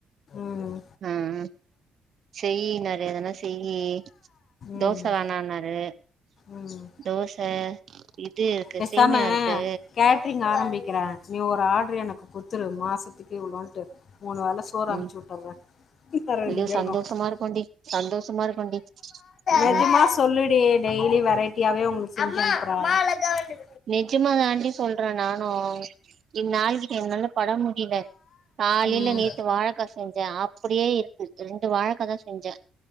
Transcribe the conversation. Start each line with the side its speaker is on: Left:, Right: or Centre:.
Left: ம்
Right: அஹ் செய்னாறு எதான செய்யி தோச
Left: ம்.
Right: வேணாம்னாரு
Left: ம்.
Right: தோசா இது இருக்கு
Left: பேசாம
Right: சேமியா இருக்கு
Left: கேட்டரிங் கேட்டரிங் ஆரம்பிக்கிறேன் நீ ஒரு ஆர்டர் எனக்கு கொடுத்துரு மாசத்துக்கு இவ்ளோன்ட்டு மூணு வேல சோறு
Right: ம்
Left: அனுச்சு விட்டுறே இப்ப ரெண்டு
Right: ஐயோ
Left: பேருக்கு
Right: சந்தோஷமா இருக்குண்டி சந்தோஷமா இருக்குண்டி ம்
Left: நிஜமா
Right: ம்
Left: சொல்லுடி டெய்லி வெரைட்டியாவே உங்களுக்கு செஞ்சு அனுப்பு மா இன் ஆடியபிள்
Right: நிஜமா தாண்டி சொல்றேன் நானும் இன் ஆளு கிட்ட என்னாலும் பட முடியல காலையில
Left: ம்.
Right: நேத்து வாழக்கா செஞ்சேன் அப்டியே இருக்கு ரெண்டு வாழக்கா தான் செஞ்சேன்